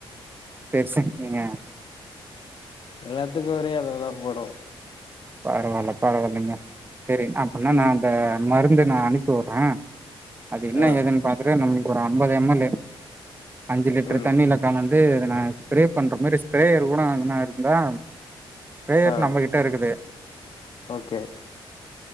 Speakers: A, on the right; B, on the left.
A: பெர்ஷன் நீங்க
B: எல்லாத்துக்கு ஒரே அளவுதா போடு
A: பரவால்ல பரவால்லைங்க சரி அப்படுனா
B: ம்
A: நா அந்த மரு ந்த நா அனுப்பி வுட்ற அது என்ன
B: ஆ
A: ஏதுன் பாக்குறது நம்மள்க் ஒரு அம்பது எம் எல் அஞ்சு லிட்டர்
B: ம்
A: தண்ணில கலந் து <unintelligible> ப்ரே பண்ற மாரி ஸ்ஃப்ரேயர் கூட என்ன இருந்தா ஸ்ஃப்ரேயர்
B: ஆ
A: நம்ம கிட்ட இருக்குது
B: ஓகே